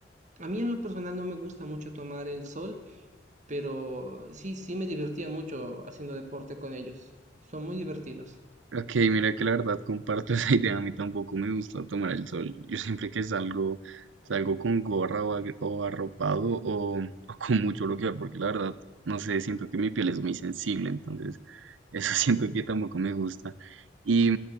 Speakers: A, on the right; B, on the right.
A: A mí en lo personal no me gusta mucho tomar el sol, pero sí, sí me divertía mucho haciendo deporte con ellos. Son muy divertidos.
B: Ok, mira que la verdad comparto <laughs> esa idea, a mí tampoco me gusta tomar el sol. Yo siempre que salgo, salgo con gorra o, ag- o arropado o, o con mucho bloqueador, porque la verdad, no sé, siento que mi piel es muy sensible, entonces eso <laughs> siento que tampoco me gusta. Y,